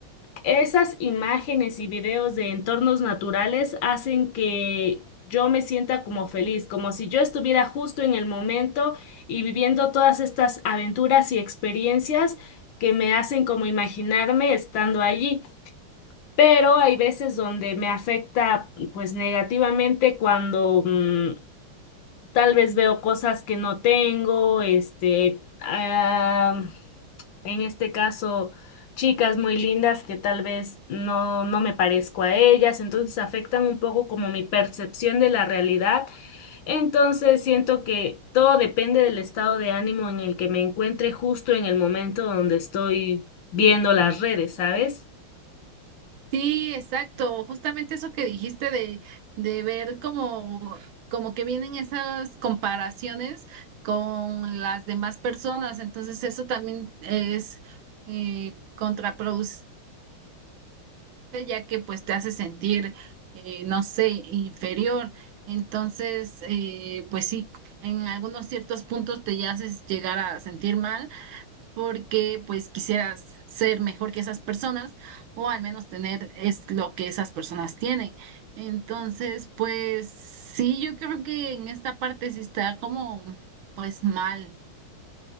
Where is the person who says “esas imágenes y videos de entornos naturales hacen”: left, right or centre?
Left